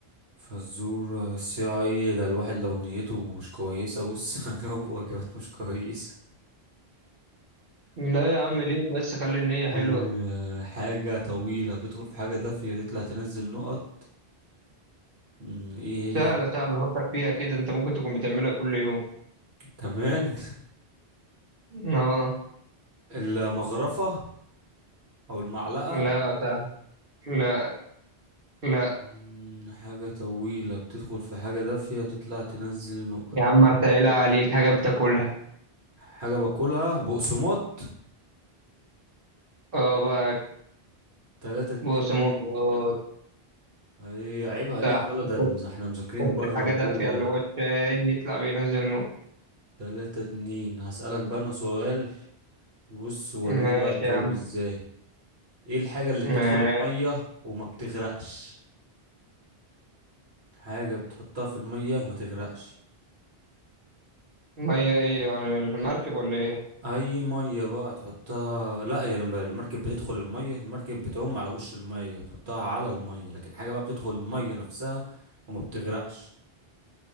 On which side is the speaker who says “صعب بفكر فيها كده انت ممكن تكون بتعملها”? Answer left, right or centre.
Right